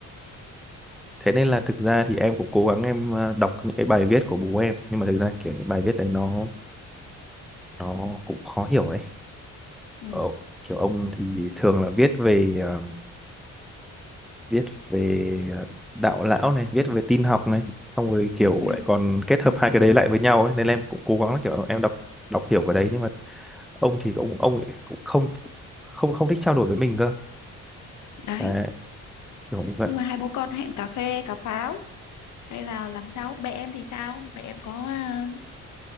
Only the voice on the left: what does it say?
ừ.
Ừ.
đấy
nhưng mà hai bố con hẹn cà phê cà pháo hay là làm sao mẹ em thì sao mẹ em có à,